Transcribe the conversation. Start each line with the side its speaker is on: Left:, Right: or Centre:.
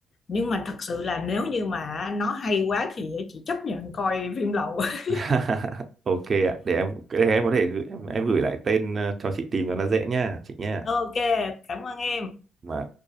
Left: Nhưng mà thật sự là nếu như mà nó hay quá thì chị chấp nhận coi phim lậu. <laughs>
Right: <laughs> ok ạ để em để em có thể gửi, em em gửi lại tên ờ, cho chị tìm cho nó dễ nha chị nha
Left: Ok, cảm ơn em.
Right: Và